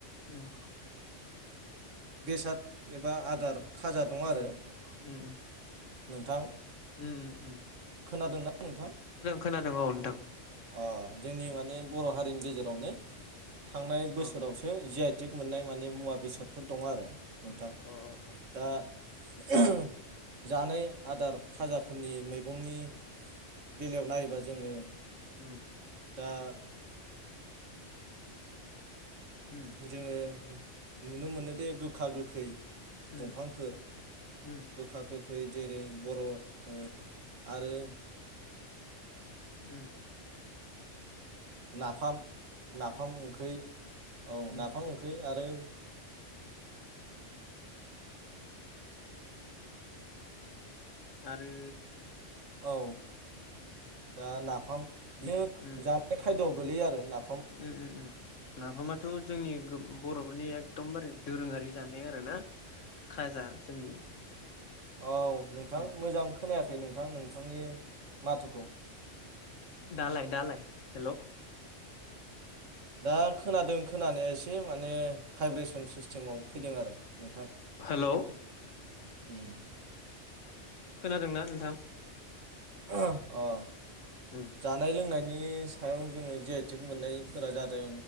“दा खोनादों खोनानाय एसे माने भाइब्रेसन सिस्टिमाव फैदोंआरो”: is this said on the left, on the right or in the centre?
Right